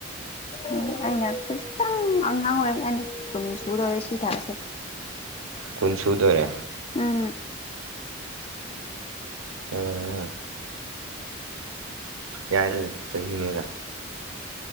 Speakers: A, on the left (about 30°); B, on the right (about 80°).
A: ꯎꯝ꯫ ꯑꯩꯅ ꯈꯖꯤꯇꯪ__ ꯑꯉꯥꯡ ꯑꯣꯏꯕꯅꯦ ꯀꯨꯟ ꯁꯨꯒꯗꯧꯔꯦ ꯁꯤ ꯊꯥꯁꯦ꯫
B: ꯀꯨꯟ ꯁꯨꯨꯗꯣꯔꯦ꯫
A: ꯎꯝ
B: ꯎꯝ ꯌꯥꯏ ꯆꯍꯤꯅꯤꯅ